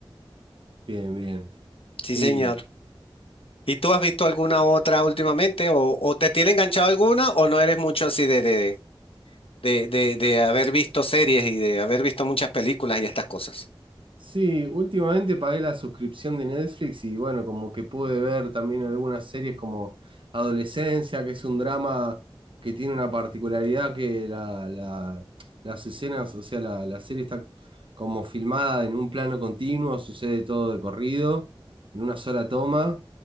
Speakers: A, on the right; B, on the left.
A: Bien, bien. Sí,
B: Sí, señor. ¿Y tú has visto alguna otra últimamente? ¿O, o te tiene enganchado alguna o no eres mucho así de, de, de de, de, de haber visto series y de haber visto muchas películas y estas cosas.
A: Sí, últimamente pagué la suscripción de Netflix y bueno, como que pude ver también algunas series como Adolescencia, que es un drama que tiene una particularidad que la, la- las escenas, o sea, la, la serie está como filmada en un plano continuo, sucede todo de corrido, en una sola toma,